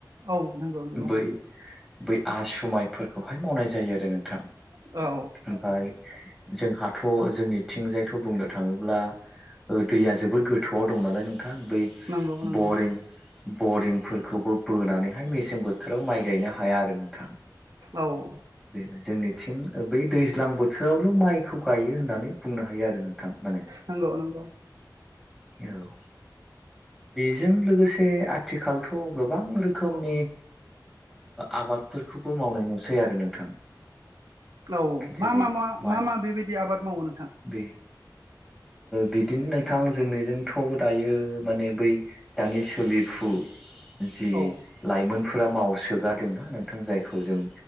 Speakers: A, on the right (about 60°); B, in the centre.
A: औ नंगौ नंगौ
B: बै बै आस्रुमायफोरखौहाय मावनाय जायो आरो नोंथां।
A: औ
B: ओमफ्राय जोंहाथ' जोंनिथिंजायथ' बुंनो थाङोब्ला दैया जोबोर गोथौआव दं नालाय नोंथां बै
A: नंगौ नंगौ
B: बरिं बरिंफोरखौबो बोनानैहाय मेसें बो बोथोराव माइ गायनो हाया आरो नोंथां।
A: औ
B: बे जोंनिथिं बै दैज्लां बोथोराव ल' माइखौ गायो होननानै बुंनो हायो आरो नोंथां माने।
A: नंगौ नंगौ
B: औ बेजों लोगोसे आथिखालथ' गोबां रोखोमनि आबादफोरखौबो मावनाय नुसै आरो नोंथां।
A: औ
B: जेरै
A: मा मा मा
B: माइ
A: मा मा बेबायदि आबाद मावो नोंथां?
B: बे बिदिनो नोंथां जोंनिजोंथ' दायो माने बै दानि सोलिफु जि
A: औ
B: लाइमोनफोरा मावसोगारदों आरो नोंथां जायखौ जों